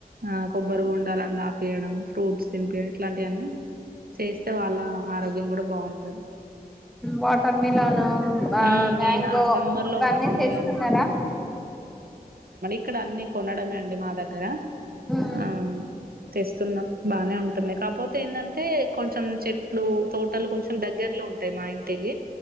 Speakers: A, on the right (about 70°); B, in the centre.
A: ఆ కొబ్బరి బొండలుని తాపీయడం ఫ్రూట్స్ తిన్పి ఇట్లాంటి అన్నీ చేస్తే వాళ్ళ ఆరోగ్యం కూడ బాగుంటది
B: వాటర్ మిలాన్ మాంగో
A: మ్మ్ నేనా సమ్మర్
B: ఇంగన్నీ
A: లో వాటర్
B: తెస్తున్నరా
A: మిలన్ క్కడ అన్నీ కొనడమే అండి మా దగ్గర
B: ఉమ్,
A: ఆ తెస్తున్నా బాగానే ఉంటుంది, కాపోతే ఏందంటే కొంచెం చెట్లు, తోటలు కొంచెం దగ్గర్లో ఉంటాయి మా ఇంటికి.